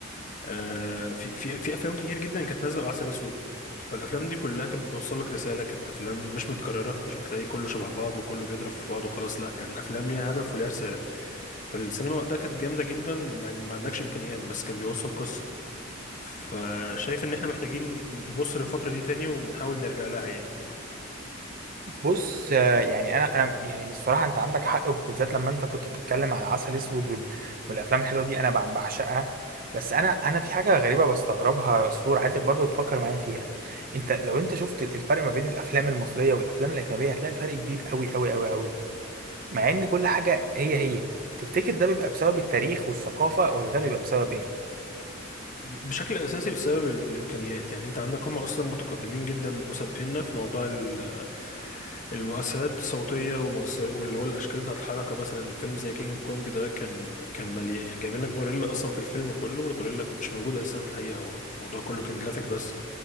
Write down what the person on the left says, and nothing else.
آه في في في افلام كتير جدا كانت نازلة وعسل اسود فالافلام دي كلها كانت بتوصل لك رسالة كانت افلام مش متكررة مش بتلاقي كله شبه بعض وكله بيضرب في بعض وخلاص لا كان افلام ليها هدف وليها رسالة فالسينما وقتها كانت جامدة جدا مع ان ما عندكش امكانيات بس كان بيوصل قصة فشايف ان احنا محتاجين نبص للفترة دي تاني ونحاول نرجع لها يعني
بشكل اساسي بسبب الامكانيات يعني انت عندك هم اصلا متقدمين جدا وسابقنا في موضوع ال- المؤثرات الصوتيه ومؤثر واللي هو الاشكال بتاعه الحركه مثلا فيلم زي كينج كونج ده كان كان مليان يعني جايبين لك غوريلا اصلا في الفيلم كله والغوريلا مش موجوده اصلا في الحقيقه هو الموضوع كله كان جرافيك بس